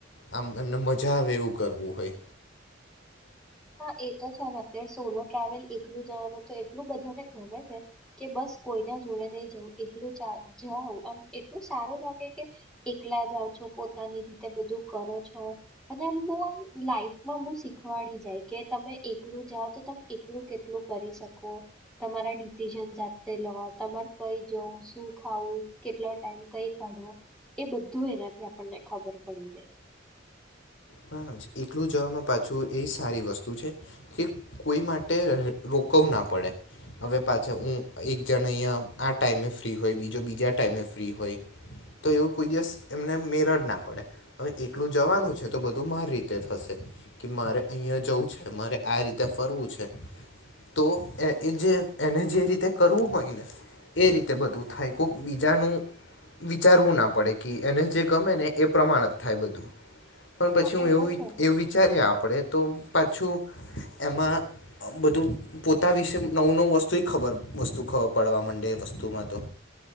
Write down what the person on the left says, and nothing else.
આમ એમને મજા આવે એવું કરવું હોય.
હહ એકલું જવામાં પાછું એ સારી વસ્તુ છે કે કોઈ માટે રોકવું ના પડે હવે પાછા હું એક જણ અહીંયા આ ટાઈમે ફ્રી હોય બીજો બીજા ટાઈમે ફ્રી હોય તો એવું કોઈ દિવસ એમને મેર જ ના પડે હવે એકલું જવાનું છે. તો બધું મારી રીતે થશે કે મારે અહીંયા જવું છે મારે આ રીતે ફરવું છે તો એ જે એને જે રીતે કરવું હોય ને એ રીતે બધું થાય કોક બીજાનું વિચારવું ના પડે કે એને જે ગમે ને એ પ્રમાણ જ થાય બધું. પણ પછી
હું
એવું
એવું વિચારીએ આપણેે તો પાછું એમાં બધું પોતા વિશે નવું નવું વસ્તુ એ ખબર વસ્તુ ખબર પડવા મંડે વસ્તુમાં તો